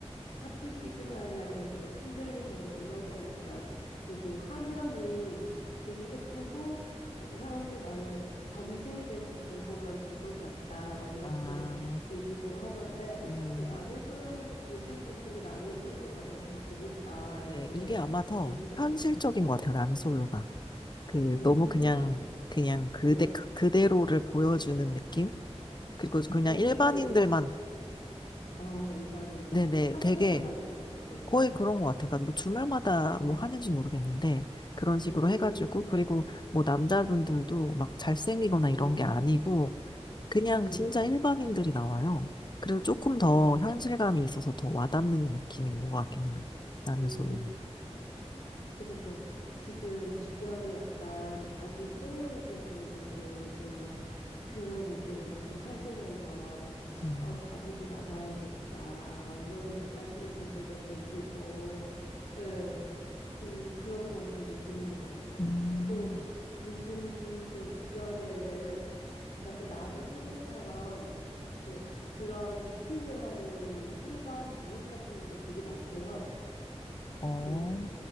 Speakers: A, on the left (about 80°); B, on the left (about 40°).
A: 하트 시그널이라든지 뭐 신들린 연애 이런 건 약간 되게 화면이 되게 예쁘고 뭐 또 사람들 말로는 좀 정제된 정보만 줄 것 같다 막 이렇게
B: 아,
A: 얘기도 하던데
B: 음.
A: 나는 솔로를 또 보신 분들은 나는 솔로가 너무 재밌다 이렇게
B: 네, 이게 아마 더
A: 얘기를
B: 현실적인
A: 하고.
B: 것 같아요, 람솔로가. 그,
A: 음,
B: 너무 그냥, 그냥 그대,
A: 네.
B: 그대로를 보여주는 느낌? 그리고 그냥
A: 거기도
B: 일반인들만,
A: 이렇게 숙, 아, 일반인들만
B: 네네,
A: 합숙을
B: 되게
A: 하는 거죠. 그것도.
B: 거의 그런 것 같아요. 그러니까 뭐 주말마다
A: 음,
B: 뭐 하는지 모르겠는데, 그런 식으로
A: 음,
B: 해가지고, 그리고 뭐 남자분들도 막 잘생기거나 이런
A: 네,
B: 게 아니고, 그냥
A: 네,
B: 진짜 일반인들이 나와요. 그래서 조금
A: 네.
B: 더 현실감이 있어서 더 와닿는 느낌이 있는 것 같긴 해요, 람솔로는.
A: 음. 그래서 뭐 지금 주변에 약간 아직 솔로이신 분들도 이제 막 그런 얘기를 많이 하시면서
B: 음.
A: 어 자기도 나가야겠다 막 이런 얘기 하시는 분들도 계시고 예. 그 그런 거 보면 되게 재밌는 것 같아요.
B: 음,
A: 또 요즘 또 주변에는 약간 나는 솔로처럼 이렇게 그런 미팅을 하는 일반 모임 같은 것도 되게 많대요.
B: 어.
A: 그